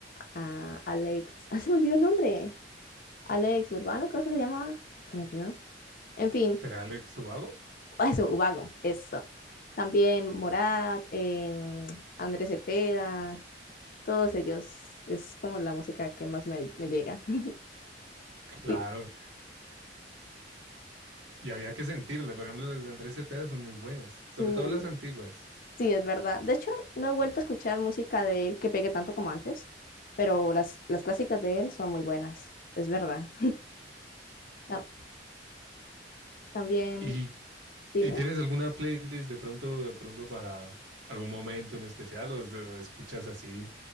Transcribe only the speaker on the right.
¿Será Alex Ubago?
Claro.
Y había que sentirle, por ejemplo, las de Andrés Cepeda son muy buenas, sobre
todo las antiguas.
¿Y,
y tienes alguna playlist de pronto, de pronto para algún momento en especial o es de- escuchas así